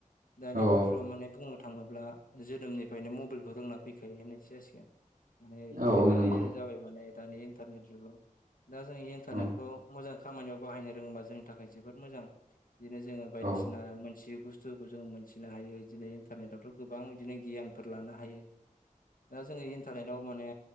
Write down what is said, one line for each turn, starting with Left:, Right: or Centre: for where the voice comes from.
Left: दानि
Right: औ
Left: गथ'आ माने बुं थाङोब्ला जोनोमनिफ्रायनो मबाइलखौ रोंना फैखायो होननायसो जासिगोन माने
Right: औ
Left: ओरैबायदि
Right: नंगौ
Left: जाबाय माने दानि इन्टारनेट जुगाव दा जों इन्टारनेटखौ
Right: औ
Left: मोजां खामानियाव बाहायनो रोङोबा जोंनि थाखाय जोबोद मोजां बिदिनो जोङो बायदिसि
Right: औ
Left: ओ मोनथियै बुस्थुखौ जों मोनथिनो हायो इदिनो इन्टारनेदावथ' गोबां इदिनो गियानफोर लानो हायो
Right: <inaudible>
Left: दा जोङो इन्टारनेटाव माने